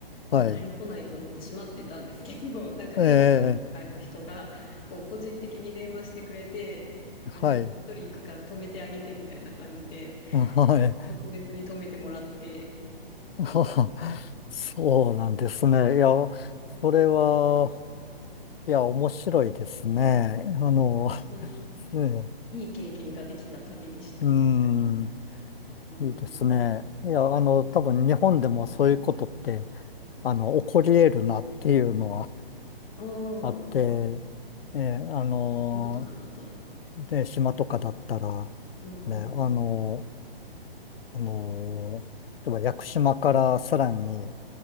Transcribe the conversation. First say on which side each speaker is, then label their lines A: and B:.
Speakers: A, on the left; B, on the left.
A: はい。
B: まあ誰も来ないと思って閉まってたんですけど、<laughs> なんか観光協会の人がこう個人的に電話してくれて、
A: ええ、はい。
B: なんかちょっと一人行くから止めてあげてみたいな感じで、
A: あはい。
B: 特別に止めてもらって、
A: <laughs> ははそうなんですね。いや、それは、いや、面白いですね。あの、
B: 一番
A: <laughs> ええ、
B: いい経験ができた旅でしたね、
A: うん、
B: それは。うん。
A: いいですね。いや、あの、多分日本でもそういうことって、あの、起こり得るなっていうのは
B: ああ、
A: あって、ええ、あの
B: 今とかだと。
A: で、島とかだったら、
B: うん。
A: ね、あの、あの、例えば屋久島からさらに、